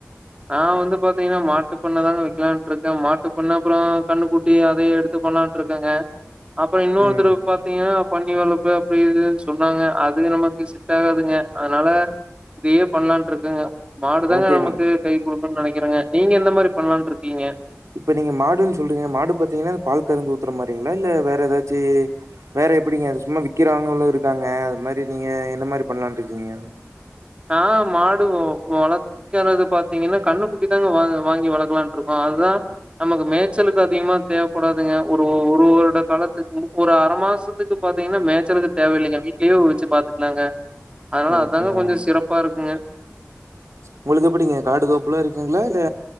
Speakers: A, on the right; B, on the right.
A: நா வந்து பாத்தீங்கன்னா மாட்டுந் பண்ண தாங்க வக்கலான்ட்ருக்க மாட்டுப் பண்ண அப்புற கண்ணுகுட் டி அத எடுத்து பண்லான்ருக்கங்க அப்புற இன்னோத்ரு
B: ம்.
A: பாத்தீங்கனா பன்னி வளர்ப்பு அப்டி இதுன் சொன்னாங்க அது நமக்கு செட்டாகாதுங்க அதனால இதையே பண்ணலான்ருக்கங்க மாடுதாங்க
B: ஓகேங்க.
A: நமக்கு கை குடுக்குன் நெனக்கிறங்க நீங்க எந்த மாரி பண்லான்ருக்கீங்க
B: இப்ப நீங்க மாடுன் சொல்றீங்க மாடு பாத்தீங்கன்னா இந்த பால் கறந்து ஊத்துற மாரீங்களா இல்ல வேற எதாச்சு வேற எப்பிடிங்க அது சும்மா விக்கிறாங்களும் இருக்காங்க அது மாரி நீங்க எந்த மாரி பண்லான்ருக்கீங்க
A: நா மாடுவோ வளக் க்கறது பாத்தீங்கன்னா கண்ணு குட்டிதாங்க வா வாங்கி வளக்கலான்ருக்கோம் அதுதான் நமக்கு மேச்சலுக்கும் அதிகமா தேவப்படாதுங்க ஒரு ஒரு வருட காலத்துக்கு ஒரு அர மாசோ த்துக்கு பாத்தீங்கன்னா மே ச்சலுக்கு தேவையில்லிங்க வீட்லே வச்சு பாத்துக்கலாங்க அதனால அதுதாங்க
B: ஓகேங்க
A: கொஞ்சம் சிறப்பாருக்குங்க
B: ஒங்குளுக்கு எப்பிடிங்க காடு தோப்புலாம் இருக்குங்களா இல்ல